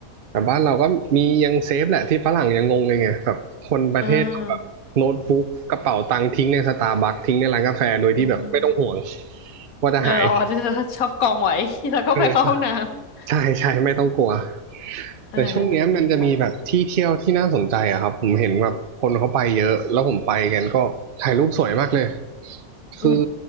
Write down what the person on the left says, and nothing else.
อ่าอืม
เอออ๋อจะชอบกองไว้ <laughs> แล้วก็ไปเข้าห้องน้ำ
<laughs> เออ
จริงค่ะ
อืม